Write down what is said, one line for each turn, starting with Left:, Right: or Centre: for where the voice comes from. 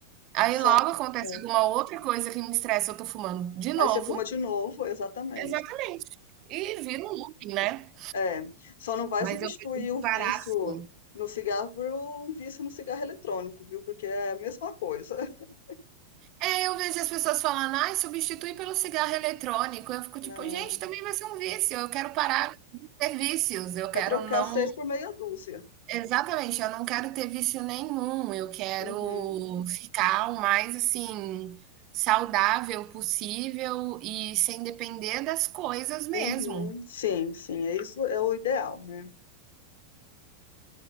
Right: aí
Left: Só.
Right: logo acontece
Left: é.
Right: alguma outra coisa que me estressa, eu tô fumando de novo.
Left: Aí você fuma de novo, exatamente.
Right: Exatamente. E vira um looping, né.
Left: É. Só não vai
Right: Mas
Left: substituir
Right: eu pretendo
Left: o vício
Right: parar sim.
Left: no cigarro por um vício no cigarro eletrônico, viu? Porque é a mesma coisa. <laughs>
Right: É, eu vejo as pessoas falando, ai, substitui pelo cigarro eletrônico. Eu fico tipo,
Left: Não.
Right: gente, também vai ser um vício. Eu quero parar de ter vícios. Eu quero
Left: É trocar
Right: não.
Left: seis por meia dúzia.
Right: Exatamente, eu não quero ter vício nenhum. Eu quero
Left: Uhum.
Right: ficar o mais assim, saudável possível e sem depender das coisas mesmo.
Left: Uhum. Sim, sim. É isso, é o ideal, né?